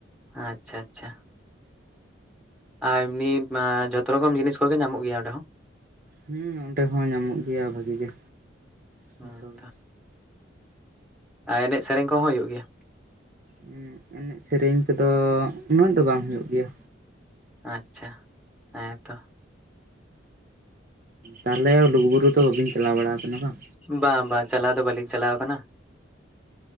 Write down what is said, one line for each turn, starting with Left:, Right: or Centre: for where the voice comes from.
Centre: ᱟᱪᱪᱷᱟ ᱟᱪᱪᱷᱟ ᱟᱨ ᱱᱤᱯᱢᱟ ᱡᱷᱚᱛᱚ ᱨᱚᱠᱚᱢ ᱡᱤᱱᱤᱥ ᱠᱚᱜᱮ ᱧᱟᱢᱚᱜ ᱜᱮᱭᱟ ᱚᱸᱰᱮ ᱦᱚᱸ᱾
Right: ᱦᱩᱸ ᱚᱸᱰᱮ ᱦᱚᱸ ᱧᱟᱢᱚᱜ ᱜᱮᱭᱟ ᱵᱷᱟᱹᱜᱤ ᱜᱮ
Centre: ᱦᱩᱸ
Right: ᱡᱚᱛᱚ ᱜᱮ᱾
Centre: ᱟ ᱮᱱᱮᱡ ᱥᱮᱨᱮᱧ ᱠᱚᱦᱚᱸ ᱦᱩᱭᱩᱜ ᱜᱮᱭᱟ᱾
Right: ᱦᱩᱸ ᱮᱱᱮᱡ ᱥᱮᱨᱮᱧ ᱠᱚᱫᱚ ᱩᱱᱟᱹᱜ ᱫᱚ ᱵᱟᱝ ᱦᱩᱭᱩᱜ ᱜᱮᱭᱟ᱾
Centre: ᱟᱪᱪᱷᱟ ᱦᱮᱸᱛᱚ
Right: ᱛᱟᱦᱚᱞᱮ ᱞᱩᱜᱩ ᱵᱩᱨᱩ ᱫᱚ ᱵᱟᱹᱵᱤᱱ ᱪᱟᱞᱟᱣ ᱵᱟᱲᱟ ᱟᱠᱟᱱᱟ ᱵᱟᱝ᱾
Centre: ᱵᱟᱝ ᱵᱟᱝ ᱪᱟᱞᱟᱣ ᱫᱚ ᱵᱟᱹᱞᱤᱧ ᱪᱟᱞᱟᱣ ᱟᱠᱟᱱᱟ᱾